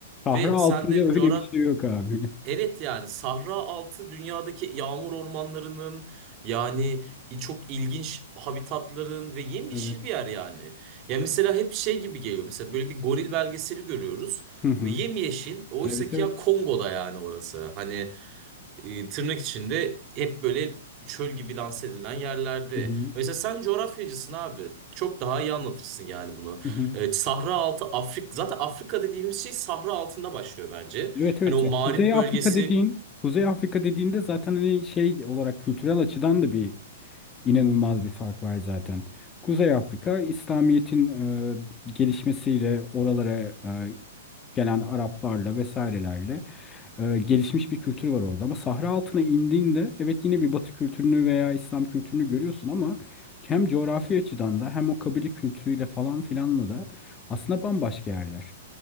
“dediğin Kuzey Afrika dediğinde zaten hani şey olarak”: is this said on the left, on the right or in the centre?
Left